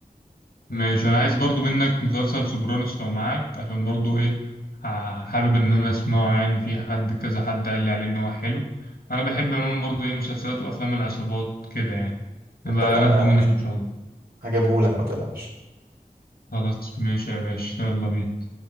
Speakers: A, on the left; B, on the right.
A: ماشي انا عايز برضو منك مسلسل سوبرانوس لو معاك عشان برضو ايه ح- حابب ان انا اسمعه يعني في حد كذا حد قال لي عليه ان هو حلو انا بحب عموما برضو ايه مسلسلات وافلام العصابات كده يعني
B: اتفقنا
A: نبقى ناخده
B: يا باشا
A: منك ان شاء الله
B: هجيبهولك ما تقلقش
A: خلاص ماشي يا باشا يلا بينا